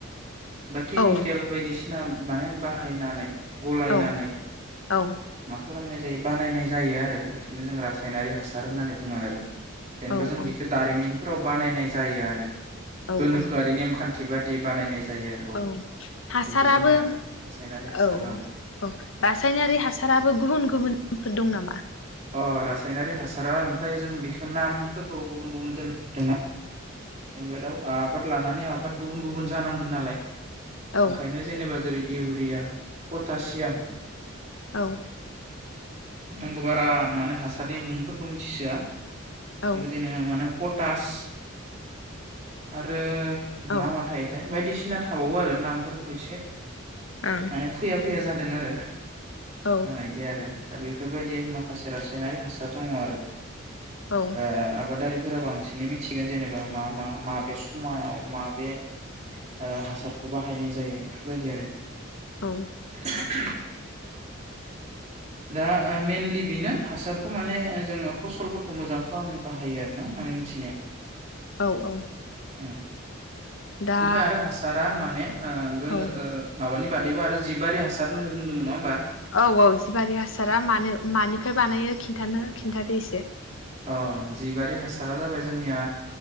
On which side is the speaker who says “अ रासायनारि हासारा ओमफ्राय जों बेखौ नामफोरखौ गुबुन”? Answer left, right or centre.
Right